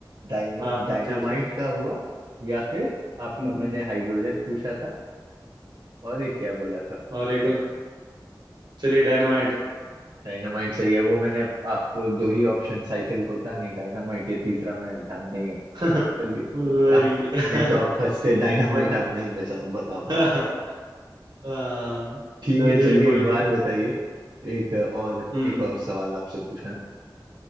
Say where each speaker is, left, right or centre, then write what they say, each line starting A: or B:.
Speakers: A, on the right (about 80°); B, on the right (about 65°).
A: डायमो-
B: हाँ
A: डायनामाइट
B: ठीक है
A: का हुआ या फिर आपका
B: हम्म, हम्म।
A: मैंने हाइड्रोजन पूछा था और एक क्या बोला था
B: और एक और चलिए डायनामाइट
A: डायनामाइट सही है वो मैंने आपको दो ही ऑप्शन साइकिल होता नहीं डायनामाइट ये तीसरा मैं ध्यान नहीं है
B: <laughs>
A: चलिए
B: वही
A: आप
B: <laughs>
A: नहीं तो आप फंसते डायनामाइट
B: मतलब
A: आप नहीं बचा बता
B: <laughs>
A: पाते
B: हाँ
A: ठीक
B: चलिए
A: है चलिए
B: कोई
A: एक बात
B: नहीं
A: बताइए एक और
B: हम्म
A: एक और सवाल आपसे पूछना